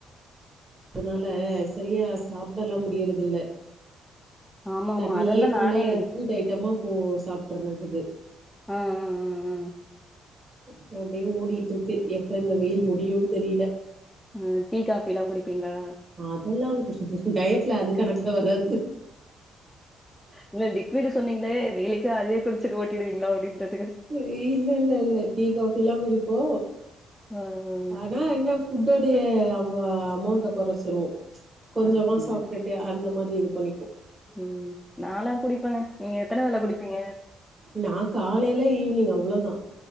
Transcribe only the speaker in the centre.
ஆமா
ஆமா அதாலதா
நானே
ஆ ஆ அ அ
அ டீ காஃபிலா குடிப்பீங்ளா
இல்ல லிக்விடு சொன்னீங்ளே டெய்லிக்கு அதையே குடிச்சுட்டு ஓட்டிடுவீங்ளோ அப்டின்தா
பரவால்ல
ஆ அப்டியா
ம் நாலா குடிப்பங்க நீங்க எத்தன வேல குடிப்பீங்க